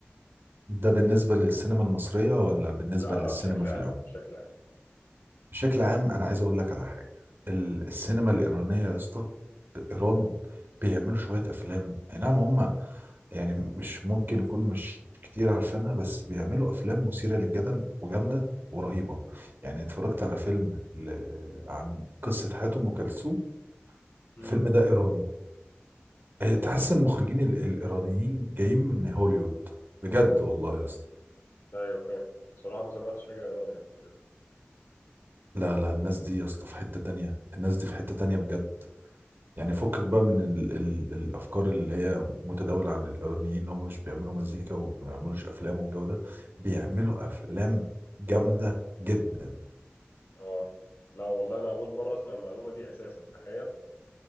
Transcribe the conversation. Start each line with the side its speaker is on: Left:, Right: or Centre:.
Right: ده بالنسبة للسينما المصرية ولا بالنسبة
Left: لا
Right: للسينما
Left: لا بشكل
Right: في
Left: عام
Right: العموم؟
Left: بشكل عام
Right: بشكل عام أنا عايز أقول لك على حاجة ال- السينما الإيرانية يا اسطى إيران بيعملوا شوية أفلام أي نعم هم يعني مش ممكن يكون مش كتير عارفينها بس بيعملوا أفلام مثيرة للجدل وجامدة ورهيبة يعني اتفرجت على فيلم ل- عن قصة حياة أم كلثوم
Left: مم.
Right: الفيلم ده إيراني إيه، تحس المخرجين ال- الإيرانيين جايين من هوليوود بجد والله يا اسطى
Left: ايوه فاهم بصراحه ما سمعتش حاجه ايراني قبل كده
Right: لا لا الناس دي يا اسطى في حتة تانية الناس دي في حتة تانية بجد يعني فكك بقى من ال ال الأفكار اللي هي متداولة عن الإيرانيين إن هم مش بيعملوا مزيكا وما بيعملوش أفلام والجو ده بيعملوا أفلام جامدة جدا
Left: اه لا والله انا اول مره اسمع المعلومه دي اساسا تخيل